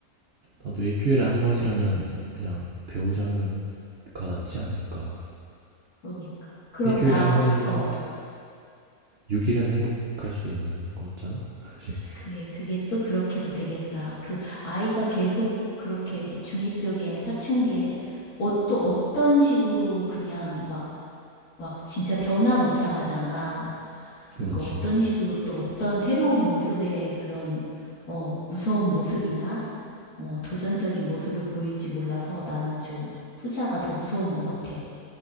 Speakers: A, on the right; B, on the left.
A: 나도 일주일에 한 번이라면 그냥 배우자는 가 낫지 않을까
B: 그러니까. 그럼
A: 일주일에
B: 나,
A: 한 번이면
B: 어,
A: 6일은 행복할 수 있는 거잖아 <laughs> 그지
B: 그게, 그게 또 그렇게도 되겠다. 그 아이가 계속 그렇게 중2병에 사춘기에 어, 또 어떤 식으로 그냥 막, 막 진짜 변화무쌍하잖아. 그러니까
A: 그렇지
B: 어떤 식으로 또 어떤 새로운 모습의 그런, 어, 무서운 모습이나, 어, 도전적인 모습을 보일지 몰라서 나는 좀 후자가 더 무서운 것 같아.